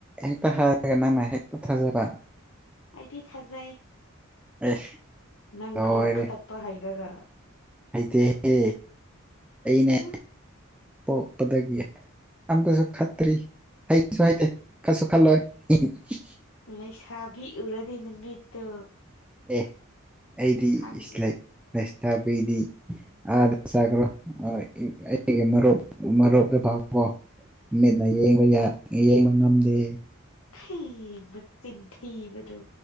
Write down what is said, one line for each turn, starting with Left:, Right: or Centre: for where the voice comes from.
Centre: ꯍꯦꯛꯇ ꯍꯥꯏꯔꯒ ꯅꯪꯅ ꯍꯦꯛꯇ ꯊꯥꯖꯕ
Left: ꯑꯩꯗꯤ ꯊꯖꯩ
Centre: ꯑꯦ
Left: ꯅꯪ
Centre: ꯂꯣꯏꯔꯦ
Left: ꯈꯔ ꯈꯠꯄ ꯍꯩꯔꯒ
Centre: ꯍꯩꯇꯦꯍꯦ ꯑꯩꯅꯦ
Left: ꯎꯝ
Centre: ꯄꯣꯛꯄꯗꯒꯤ ꯑꯃꯝ ꯇꯁꯨ ꯈꯠꯇ꯭ꯔꯤ ꯍꯩꯁꯨ ꯍꯩꯇꯦ ꯈꯠꯁꯨ ꯈꯠꯂꯣꯏ ꯍꯤ ꯍꯤ
Left: ꯂꯩꯁꯥꯕꯤ ꯎꯔꯗꯤ ꯅꯨꯃꯤꯠꯇꯨ
Centre: <unintelligible>
Left: ꯈꯪꯉꯤ
Centre: ꯑꯥꯗ ꯆꯈ꯭ꯔꯣ ꯑꯩꯒꯤ ꯃꯔꯨꯞ ꯃꯔꯨꯞꯇ ꯐꯥꯎꯣ ꯃꯤꯠꯅ ꯌꯦꯡꯕ ꯌꯥ ꯌꯦꯡꯕ ꯉꯝꯗꯦ
Left: ꯍꯦ ꯃꯆꯤꯟ ꯊꯤꯕꯗꯨ